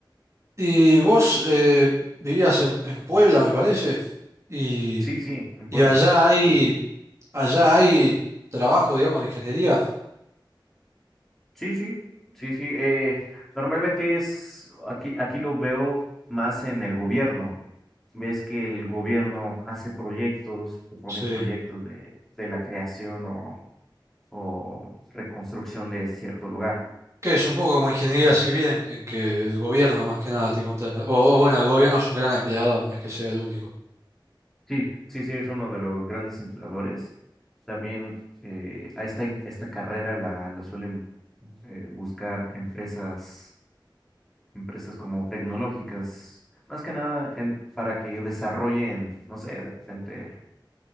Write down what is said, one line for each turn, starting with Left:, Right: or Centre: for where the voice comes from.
Right: Y vos eh, vivías en, en Puebla, me parece, y,
Centre: Sí, sí, en Puebla.
Right: y allá hay,
Centre: Puebla.
Right: allá hay trabajo, digamos, de ingeniería.
Centre: Sí, sí, sí, sí. eh, normalmente es, aquí, aquí lo veo más en el gobierno. Ves que el gobierno hace proyectos, propone
Right: Sí.
Centre: proyectos de, de la creación o, o reconstrucción de cierto lugar.
Right: Que es un poco como ingeniería civil en, en que el gobierno más que nada te contrata. O, o bueno, el gobierno es un gran empleador, no es que sea el único.
Centre: Sí, sí, sí, es uno de los grandes empleadores. También eh, a esta, in- esta carrera la, la suelen eh, buscar empresas, empresas como tecnológicas, más que nada en, para que desarrollen, no sé, de repente